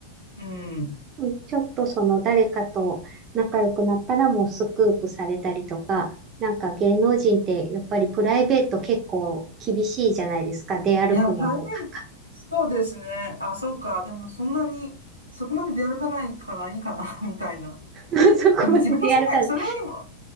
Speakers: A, on the right; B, on the right.
A: うん。
B: うんちょっとその誰かと仲良くなったらもうスクープされたりとか、なんか芸能人ってやっぱりプライベート結構厳しいじゃないですか。出歩くのもかか。
A: いや、台北、そうですね。あ、そうか。でも、そんなに、そこまで出歩かないからいいかな、<laughs> みたいな。
B: <laughs> そこまで出歩かない。
A: でも、自分の世界、それよりも、